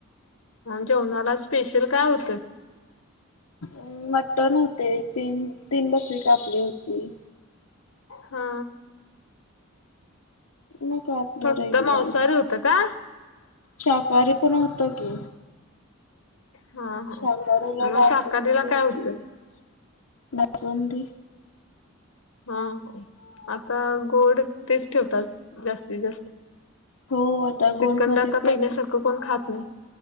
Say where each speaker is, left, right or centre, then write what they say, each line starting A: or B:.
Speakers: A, on the left; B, on the left.
A: जेवणा्हाला स्पेशल काय होतं
B: अ मटन होते तीन तीन बकरी कापली होती
A: हा
B: मग आपलं
A: फक्त
B: रेग्युलर
A: मांसाहारी होतं का
B: शाकाहारी पण होत की
A: हा हा
B: शाकाारोला
A: मग
B: बास
A: शाकाहारीला
B: होती
A: काय होतं?
B: बासंदी
A: हा आता गोड तेच ठेवतात जास्तीत जास्त
B: हो आता
A: श्रीखंड
B: गोल्डमध्येध्ये
A: आता पहिल्यासारखं
B: प्र
A: कोण खात नाही